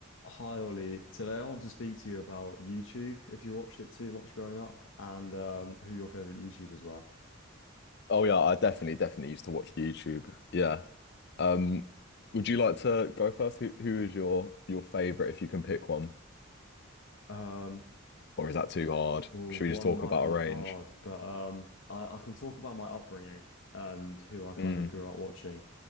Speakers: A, on the left; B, on the left.
A: Hi Ollie, today I want to speak to you about YouTube, if you watched it too much growing up, and um, who your favorite YouTubers were.
B: Oh yeah, I definitely definitely used to watch YouTube. Yeah. Um, would you like to go first? Who who is your your favorite if you can pick one?
A: Um,
B: Or is that too hard?
A: well,
B: Should
A: one
B: we just talk
A: might
B: about
A: be
B: a range?
A: hard, but um, I, I can talk about my upbringing and who I kind
B: Mm.
A: of grew up watching.